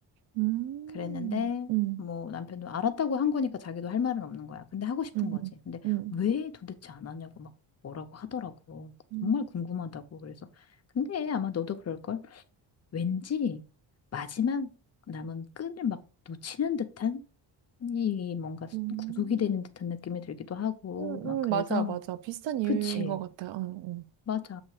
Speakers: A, on the right; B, on the left.
A: 음.
B: 그랬는데
A: 음,
B: 뭐 남편도 알았다고 한 거니까 자기도 할 말은 없는 거야. 근데 하고 싶은
A: 음,
B: 거지.
A: 음,
B: 근데
A: 음,
B: 왜 도대체 안 하냐고 막 뭐라고 하더라고.
A: 음.
B: 정말 궁금하다고. 그래서 근데 아마 너도 그럴 걸. 왠지 마지막 남은 끈을 막 놓치는 듯한 이 뭔가
A: 음.
B: 구속이 되는 듯한 느낌이 들기도 하고
A: 음,
B: 막 그래서
A: 음, 맞아, 맞아. 비슷한 이유인
B: 그치.
A: 것 같아. 응, 응.
B: 맞아.